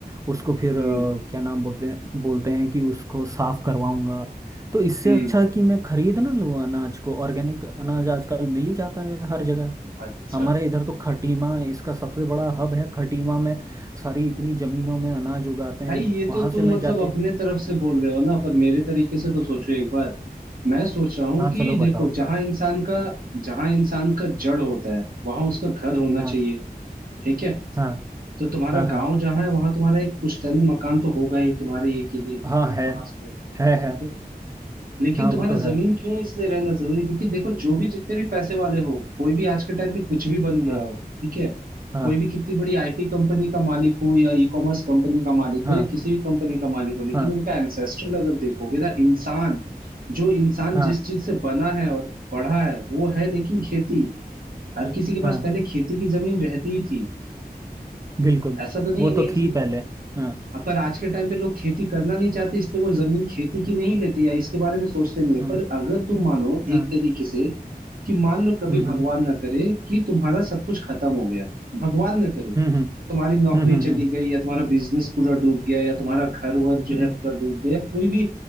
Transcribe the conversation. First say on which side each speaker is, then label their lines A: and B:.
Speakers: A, on the right; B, on the right.
A: उसको फिर
B: हम्म
A: अ, क्या नाम बोलते हैं बोलते हैं कि उसको साफ करवाऊंगा तो इससे
B: हम्म।
A: अच्छा कि मैं खरीद ना लूँ अनाज को ऑर्गेनिक अनाज आजकल मिल ही जाता है हर जगह
B: अच्छा
A: हमारे इधर तो खटीमा इसका सबसे बड़ा हब है खटीमा में सारी इतनी जमीनों में अनाज उगाते हैं
B: भाई ये
A: वहां
B: तो
A: से
B: तुम
A: मैं
B: मतलब
A: जाके
B: अपने तरफ से बोल रहे हो ना पर मेरे तरीके से तो सोचो एक बार मैं सोच रहा हूँ
A: हाँ चलो
B: कि
A: बताओ
B: देखो जहां इंसान का जहां इंसान का जड़ होता है वहां उसका घर होना
A: हाँ
B: चाहिए ठीक है
A: हाँ
B: तो तुम्हारा
A: हाँ हाँ
B: गांव जहाँ है वहां तुम्हारा एक पुश्तैनी मकान तो होगा ही तुम्हारे ये के लिए कि
A: हाँ
B: तुम
A: है
B: कहाँ से हो
A: है
B: ठीक
A: है
B: है लेकिन
A: हाँ
B: तुम्हारा
A: वो तो है
B: जमीन क्यों इसलिए रहना जरूरी है? क्योंकि देखो जो भी जितने भी पैसे वाले हो कोई भी आज के टाइम पे कुछ भी बन गया
A: हाँ
B: हो ठीक है
A: हाँ
B: कोई भी कितनी बड़ी आईटी कंपनी का मालिक हो या ई कॉमर्स कंपनी का मालिक
A: हाँ
B: हो या किसी भी कंपनी का मालिक हो लेकिन
A: हाँ
B: उनका एंसेस्ट्रल अगर देखोगे ना इंसान जो इंसान
A: हाँ
B: जिस चीज से बना है और बढ़ा है वो है लेकिन खेती हर किसी के पास
A: हाँ
B: पहले खेती की जमीन रहती ही थी
A: बिल्कुल
B: ऐसा तो नहीं
A: वो
B: नहीं
A: तो थी
B: थी
A: पहले हाँ
B: अब पर आज के टाइम पे लोग खेती करना नहीं चाहते इसलिए वो जमीन खेती की नहीं लेते या इसके बारे में सोचते नहीं है
A: हाँ
B: पर अगर तुम मानो
A: हाँ
B: एक तरीके से कि मान लो कभी
A: हम्म
B: भगवान
A: हम्म
B: ना करे कि तुम्हारा सब कुछ खत्म हो गया भगवान ना करे कि
A: हम्म हम्म
B: तुम्हारी नौकरी
A: हम्म हम्म
B: चली
A: हम्म
B: गई या तुम्हारा बिजनेस पूरा डूब गया या तुम्हारा घर वर जो है
A: हम्म,
B: पूरा डूब गया या कोई भी